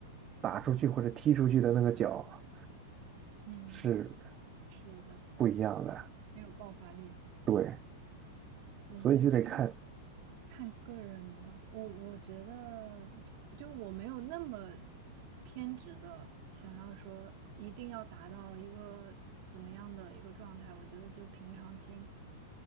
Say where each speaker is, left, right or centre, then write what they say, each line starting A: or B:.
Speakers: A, on the right; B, on the right.
A: 打出去或者踢出去的那个脚
B: 嗯，
A: 是
B: 是的，
A: 不一样的，
B: 没有爆发力。
A: 对，
B: 我觉得这个就
A: 所以就得看。
B: 看个人吧。我我觉得，<tsk> 就我没有那么偏执的想要说一定要达到一个怎么样的一个状态。我觉得就平常心，